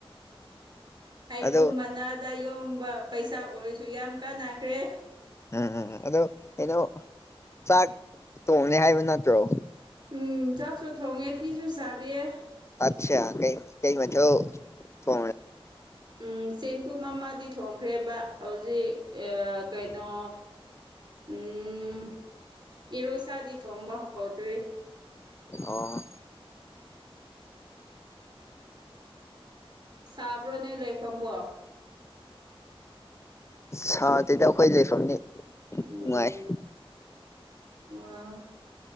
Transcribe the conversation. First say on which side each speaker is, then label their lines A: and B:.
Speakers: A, on the right; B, on the left.
A: ꯍꯥꯏꯒ꯭ꯔꯨꯞ
B: ꯑꯗꯣ
A: ꯃꯅꯥꯗ ꯌꯣꯝꯕ ꯄꯩꯁꯥ ꯑꯣꯏꯔꯁꯨ ꯌꯥꯝ ꯀꯥꯟꯅꯈ꯭ꯔꯦ
B: ꯎꯝꯝ ꯑꯗꯣ ꯀꯩꯅꯣ ꯆꯥꯛ ꯇꯣꯡꯉꯦ ꯍꯥꯏꯕ ꯅꯠꯇ꯭ꯔꯣ
A: ꯎꯝ ꯆꯥꯛꯁꯨ ꯊꯣꯡꯉꯦ ꯐꯤꯁꯨ ꯁꯥꯔꯤꯌꯦ
B: ꯑꯆꯥ ꯀꯩ ꯀꯩ ꯃꯆ ꯐ
A: ꯎꯝ ꯆꯦꯡꯒꯨꯝ ꯑꯃꯗꯤ ꯊꯣꯡꯈ꯭ꯔꯦꯕ ꯍꯧꯖꯤꯛ ꯀꯩꯅꯣ ꯎꯝ ꯏꯔꯣꯏꯁꯥꯗꯤ ꯊꯣꯡꯕ ꯍꯧꯎꯗ꯭ꯔꯤ
B: ꯑꯣ
A: ꯁꯥꯕ꯭ꯔꯣꯅꯦ ꯂꯩꯐꯝꯝꯕꯣ
B: ꯁꯥꯗꯗ ꯑꯩꯈꯣꯏ ꯂꯩꯐꯝꯅꯤ ꯅꯨꯡꯉꯥꯏ
A: ꯎꯝ ꯑꯣ